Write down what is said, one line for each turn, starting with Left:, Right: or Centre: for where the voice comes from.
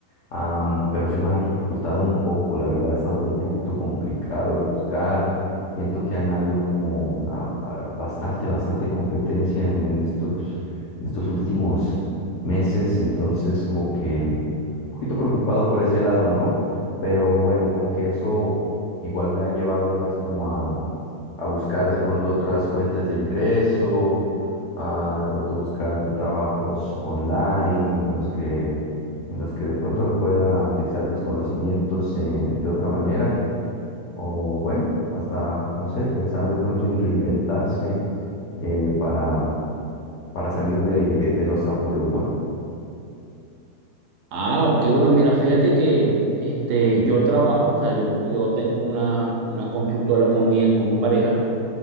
Left: Am, pero se me ha dificultado un poco, la verdad ha estado como un poquito complicado el buscar. Siento que han habido como ah, ah, bastante, bastante competencia en, en estos, estos últimos meses, entonces como que un poquito preocupado por ese lado, ¿no? Pero bueno, como que eso igual me ha llevado pues como a, a buscar de pronto otras fuentes de ingreso, a de pronto buscar trabajos online en los que, en los que de pronto me pueda utilizar mis conocimientos eh, de otra manera. O bueno, hasta, no sé, pensar de pronto en reinventarse eh, para, para salir de, de los apuros, ¿no?
Right: Ah, ok, bueno, mira, fíjate que este, yo trabajo, o sea, yo, yo tengo una, una constructora con mi, con mi pareja,